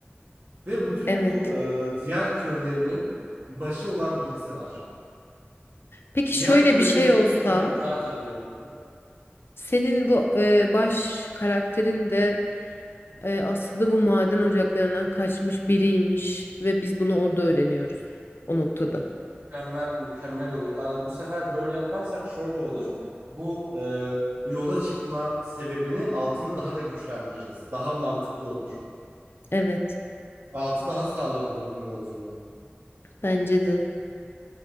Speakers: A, on the right (about 65°); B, on the left (about 65°).
A: Ve bütün
B: Evet.
A: bu e, diğer köylerinin başı olan birisi var.
B: Peki
A: Diğer
B: şöyle
A: köylerin
B: bir şey
A: hepsi
B: olsa
A: ona itaat ediyor.
B: senin bu e, baş karakterin de e, aslında bu maden ocaklarından kaçmış biriymiş ve biz bunu orada öğreniyoruz o noktada.
A: Mükemmel mükemmel olur. Abi Bu sefer böyle yaparsak şöyle olur. Bu e, yola çıkma sebebini altını daha da güçlendireceğiz. Daha mantıklı olur.
B: Evet,
A: Altı daha sağlam olur bu yolculuğun.
B: bence de.